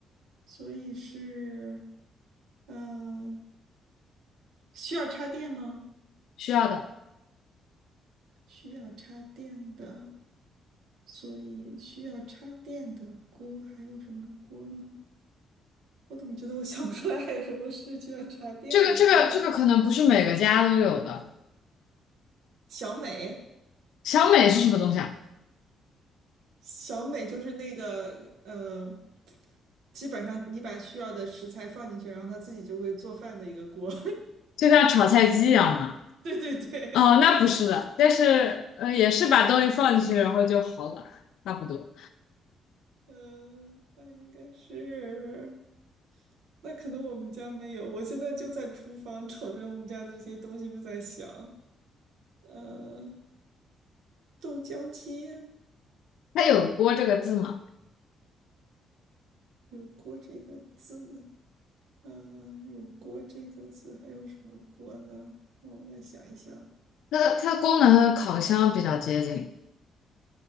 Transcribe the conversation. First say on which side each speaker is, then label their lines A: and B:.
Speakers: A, on the right; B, on the left.
A: 所以是嗯、呃需要插电吗？
B: 需要的。
A: 需要插电的，所以需要插电的锅还有什么锅呢？我怎么觉得我想不出来还有什么是需要插电的锅？
B: 这个这个这个可能不是每个家都有的。
A: 小美，
B: 小美是什么东西啊？
A: 小美就是那个呃基本上你把需要的食材放进去，然后它自己就会做饭的一个锅。
B: 就像炒菜机一样吗？
A: <laughs> 对对对，
B: 哦，那不是的，但是呃，也是把东西放进去，然后就好了，差不多。
A: 嗯，那应该是，那可能我们家没有。我现在就在厨房瞅着我们家的这些东西们在想，呃，豆浆机
B: 它有“锅”这个字吗？
A: 有锅这个字，嗯、有锅这个字，还有什么锅呢？让我来想一想，
B: 它的它的功能和烤箱比较接近